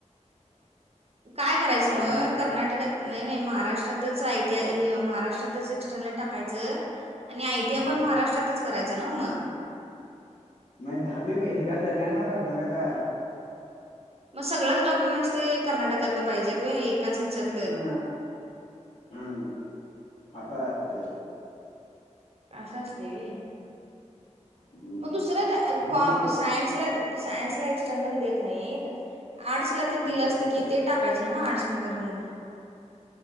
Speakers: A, on the right; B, on the left.
A: काय करायचं
B: कर्नाटक
A: मग कर्नाटकात नाही नाही महाराष्ट्रातच आयटीआय हे महाराष्ट्रातच एक्स्टर्नल टाकायचं आणि आयटीआय
B: हम्म
A: पण महाराष्ट्रातच करायचा ना मग
B: मायी दहावी पैशच्या झाल्या नव कर्नाटकात
A: मग सगळच डॉक्युमेंट्स ते कर्नाटकातलं पाहिजे व्हय एकाच ह्याच्यात
B: हा हा अस असतय
A: असं असते वी
B: हम्म.
A: मग दुसरॉ ती
B: ते पण मी
A: सायन्सला सायन्सला एक्सटर्नल देत नाहीत आर्टसला ते दिलं
B: हम्म.
A: असतं की ते टाकायचं ना म आणणस वगैरे मग